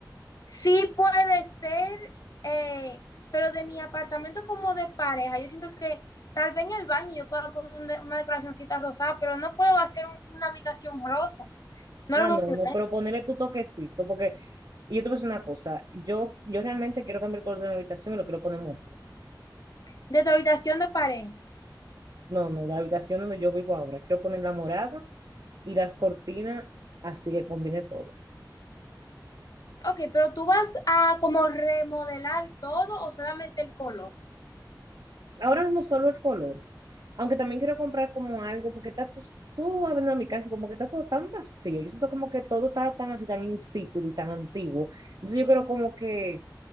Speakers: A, on the left (about 55°); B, on the right (about 65°).
A: Sí puede ser, eh, pero de mi apartamento como de pareja, yo siento que tal vez en el baño yo pueda poner un de- una decoracióncita rosada, pero no puedo hacer un- una habitación rosa. No
B: Ah,
A: lo
B: no,
A: puedo
B: no,
A: poner.
B: pero ponerle tu toquecito, porque y yo te voy a decir una cosa, yo, yo realmente quiero cambiar el color de mi habitación y lo quiero poner morado.
A: De tu habitación de pareja.
B: No, no, de la habitación donde yo vivo ahora, quiero poner la morada y las cortinas, así que combine todo.
A: Ok, pero tú vas a como remodelar todo o solamente el color.
B: Ahora mismo solo el color, aunque también quiero comprar como algo, porque está tú, tú abriendo a mi casa y como que está todo tan vacío, yo siento como que todo está tan así, tan insípido y tan antiguo. Entonces yo quiero como que,